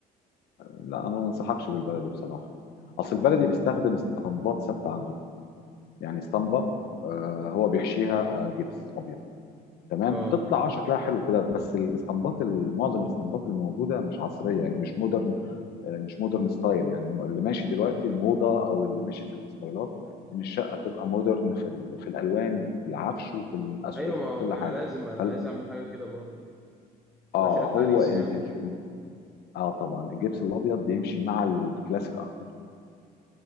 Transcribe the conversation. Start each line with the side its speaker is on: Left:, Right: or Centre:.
Left: لا أنا ما انصحكش بالبلدي بصراحة أصل البلدي بيستخدم اسطمبات ثابتة عنده يعني اسطمبة آه هو بيحشيها آه، جبس أبيض تمام
Centre: اه
Left: تطلع اه شكلها حلو كده بس الاسطمبات ال- معظم الاسطمبات اللي موجوده مش عصريه يعني مش مودرن آه، مش مودرن ستايل يعني الم- اللي ماشي دلوقتي الموضه او اللي ماشي في الستايلات ان الشقه تبقى مودرن في ال- في الالوان وفي العفش وفي الاسقف
Centre: أيوة ما
Left: وفي
Centre: هو
Left: كل
Centre: أنا
Left: حاجه
Centre: لازم أنا
Left: فال-
Centre: عايز أعمل حاجة كده برضو
Left: اه
Centre: لا شقة
Left: هو
Centre: عريس
Left: ال
Centre: يعني
Left: ال ال- اه طبعا الجبس الابيض بيمشي مع الكلاسيك اكتر